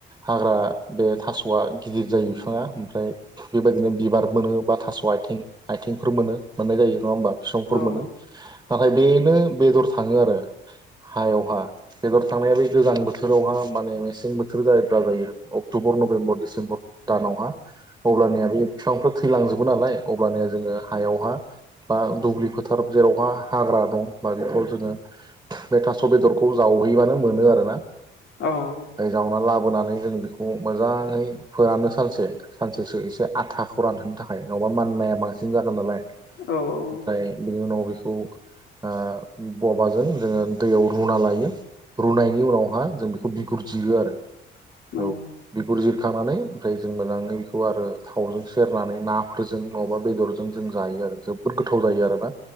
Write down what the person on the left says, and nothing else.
औ औ
औ
औ औ
नंगौ